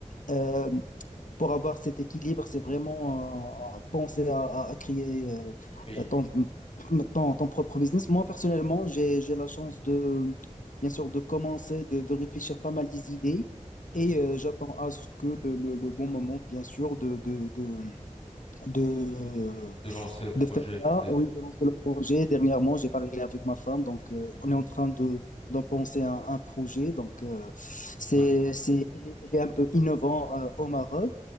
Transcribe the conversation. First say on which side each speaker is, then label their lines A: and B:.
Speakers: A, on the left (about 80°); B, on the left (about 45°).
A: euh, pour avoir cet équilibre, c'est vraiment euh, penser à, à- à créer
B: Et
A: euh, ton, ton- ton propre business. Moi, personnellement, j'ai, j'ai la chance de, bien sûr, de commencer, de, de réfléchir pas mal des idées
B: mhm.
A: et euh, j'attends à ce que le, le- le bon moment, bien sûr, de, de, de, de,
B: de lancer le projet
A: de faire
B: peut-être?
A: ça oui, de lancer le projet. Dernièrement, j'ai parlé avec ma femme, donc euh,
B: Mhm,
A: on est en train de d'en penser un, un projet. Donc, euh, c'est,
B: En-
A: c'est, il est, il est un peu innovant euh, au
B: mhm,
A: Maroc